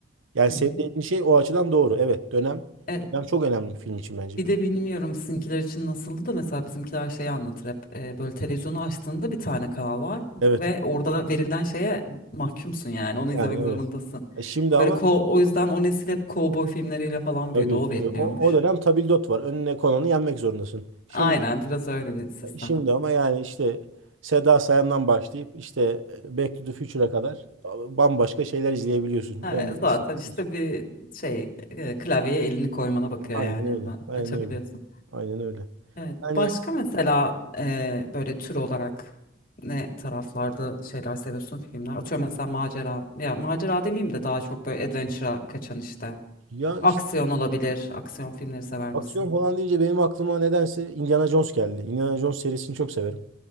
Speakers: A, on the right; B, on the left.
A: Yani
B: Hı
A: senin
B: hı.
A: dediğin şey o açıdan doğru. Evet dönem
B: Evet,
A: dönem çok önemli bir film için bence.
B: Bir de bilmiyorum sizinkiler için nasıldı da mesela bizimkiler şeyi anlatır hep e, böyle televizyonu açtığında bir tane kanal var
A: Evet
B: ve orada verilen şeye mahkumsun yani onu
A: yani
B: izlemek zorundasın.
A: evet. E şimdi ama
B: Böyle ko o yüzden o nesil hep kovboy filmleriyle falan
A: tabii
B: büyüdü o
A: tabii
B: veriliyormuş.
A: o, o dönem tabildot var. Önüne konanı yenmek zorundasın. Şimdi
B: Aynen biraz öyle bir sistem.
A: Şimdi ama yani işte Seda Sayan'dan başlayıp işte e, Back to the Future'a kadar bambaşka şeyler izleyebiliyorsun.
B: Ha,
A: Öyle hissettim.
B: zaten işte bir şey e, klavyeye elini koymana bakıyor
A: Aynen
B: yani hemen
A: öyle. Aynen
B: açabiliyorsun.
A: öyle. Aynen öyle.
B: Evet.
A: Yani
B: Başka mesela e, böyle tür olarak ne taraflarda şeyler seviyorsun filmler? Atıyorum mesela macera. Ya macera demeyeyim de daha çok böyle adventure'a kaçan işte.
A: ya işte
B: Aksiyon olabilir. Aksiyon filmleri sever
A: aksiyon
B: misin?
A: falan deyince benim aklıma nedense Indiana Jones geldi. Indiana Jones serisini çok severim.